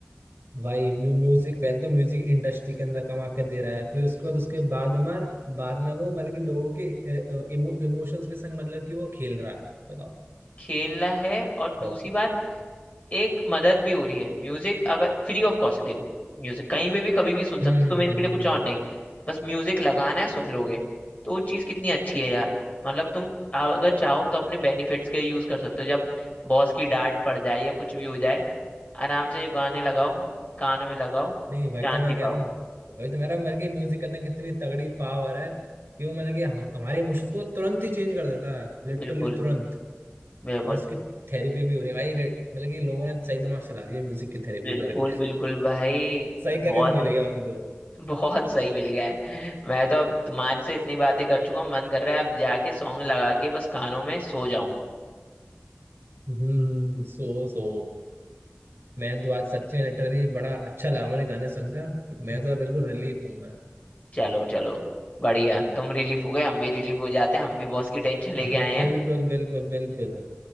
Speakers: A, on the right (about 70°); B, on the left (about 35°).
A: भाई म्यू, म्यूजिक पहले तो म्यूजिक इंडस्ट्री के अंदर कमा के दे रहा है फिर उसके बाद उसके बाद मार बाद में वो मतलब कि लोगों के इमो, इमोशंस के संग मतलब कि वो खेल रहा है बताओ
B: खेलना है और दूसरी
A: प्रॉपर
B: बात एक मदद भी हो रही है म्यूजिक अगर फ्री ऑफ कॉस्ट है देखो म्यूजिक कहीं पे भी कभी भी सुन
A: हम्म
B: सकते हो
A: हम्म
B: तुम्हें इसके
A: हम्म
B: लिए कुछ
A: हम्म,
B: और
A: हम्म।
B: नहीं बस म्यूजिक लगाना है सुन लोगे तो वो चीज़ कितनी अच्छी है यार मतलब तुम अगर चाहो तो अपने बेनिफिट्स के लिए यूज कर सकते हो जब बॉस की डांट पड़ जाए या कुछ भी हो जाए आराम से ये गाने लगाओ कानों में लगाओ
A: नहीं वही
B: शांति
A: तो मैं कह
B: पाओ
A: रहा हूँ वही तो मेरा मेरे की म्यूजिक के अंदर कितनी तगड़ी पावर है कि वो मतलब कि हम हमारे इमोशंस को तुरंत ही चेंज कर देता है लिटरली
B: बिल्कुल
A: तुरंत
B: बिल्कुल
A: और इसकी थेरेपी भी हो रही है भाई लेट मतलब कि लोगों ने सही दिमाग चला रही है म्यूजिक की थेरेपी
B: बिल्कुल
A: करके <laughs>
B: बिल्कुल भाई
A: सही करियर
B: बहुत
A: मिल गया उनको
B: बहुत सही मिल गया है मैं तो अब तुम्हारे से इतनी बातें कर चुका हूँ मन कर रहा है अब जाके सॉन्ग लगा के बस कानों में सो जाऊं
A: हम्म सो सो मैं तो आज सच्ची में लिटरली बड़ा अच्छा लगा मुझे गाने सुनकर मैं तो बिल्कुल रिलीफ हूँ मैं
B: चलो चलो बढ़िया तुम रिलीफ हो गए हम भी रिलीफ हो जाते हैं हम भी बॉस की टेंशन
A: <laughs>
B: लेके आए हैं
A: बिल्कुल बिल्कुल बिल्कुल